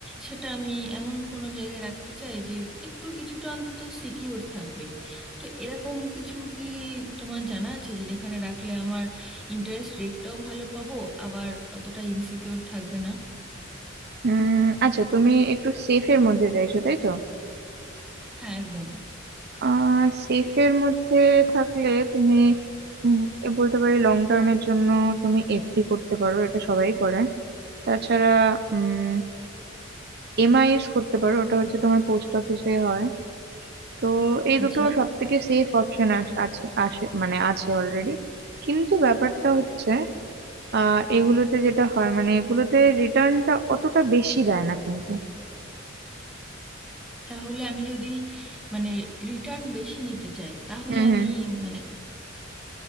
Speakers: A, in the centre; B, on the right (about 55°).
A: সেটা আমি এমন কোনো জায়গায় রাখতে চাই যে একটু কিছুটা অন্তত সিকিউর থাকবে তো এরকম কিছু কি তোমার জানা আছে যে যেখানে রাখলে আমার ইন্টারেস্ট রেটটাও ভালো পাবো আবার অতটা ইনসিকিউর থাকবে না
B: উম আচ্ছা তুমি একটু সেফের মধ্যে চাইছো তাই তো
A: হ্যাঁ একদম
B: আহ সেফের মধ্যে থাকলে তুমি উম, এ বলতে পারি লং টার্মের জন্য তুমি এফডি করতে পারো এটা সবাই করে তাছাড়া উম এমআইএস করতে পারো ওটা হচ্ছে তোমার পোস্ট অফিসে হয় তো এই
A: আচ্ছা
B: দুটো সব থেকে সেফ অপশন আছে আসে মানে আছে অলরেডি কিন্তু ব্যাপারটা হচ্ছে আহ এগুলোতে যেটা হয় মানে এগুলোতে রিটার্নটা অতটা বেশি দেয় না কিন্তু
A: তাহলে আমি যদি মানে রিটার্ন বেশি নিতে চাই তাহলে
B: হুম হুম
A: আমি মানে